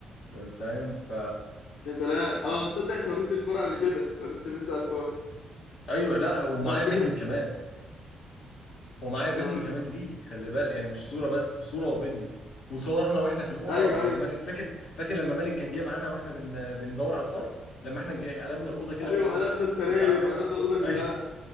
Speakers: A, on the left; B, on the left.
A: فاهم ف
B: يا سلام اه
A: يعني،
B: تصدق انت وريتني الفور قبل كده وريتني الفيديو بتاع الفور
A: ايوه لا ومعايا
B: على فكره
A: فيديو
B: <laughs>
A: كمان ومعايا فيديو
B: اه
A: كمان ليه خلي بالك يعني مش صوره بس صوره وفيديو وصورنا واحنا في الاوضه
B: ايوه
A: ومالك
B: ايوه
A: فاكر فاكر لما مالك كان جه معانا واحنا بن... بندور على الفرق لما احنا جي... قلبنا الاوضه كده
B: ايوه
A: كلها
B: قلبنا
A: وست جت
B: السراير
A: زعلان
B: وقلبنا الاوضه
A: <laughs>
B: كلها
A: ايوه